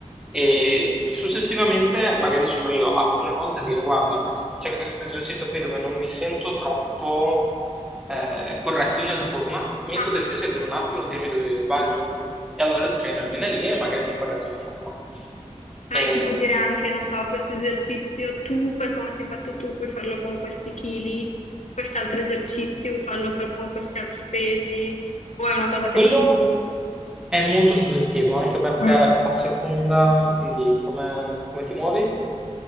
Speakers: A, in the centre; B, on the left.
A: e successivamente magari sono io alcune volte a dire guarda, c'è questo esercizio qui dove non mi sento troppo eh, corretto nella forma, mi
B: ah,
A: potresti
B: ah.
A: seguire un attimo, dirmi dove io sbaglio? E allora il trainer viene lì e magari mi corregge la forma.
B: Ma
A: E
B: è tipo dire anche, non so, questo esercizio tu, per come sei fatto tu, puoi farlo con questi chili, quest'altro esercizio, farlo per- con questi altri pesi, o è una cosa che
A: Quello
B: decidi tu?
A: è molto soggettivo, anche perché
B: Ah.
A: a seconda di come, come ti muovi,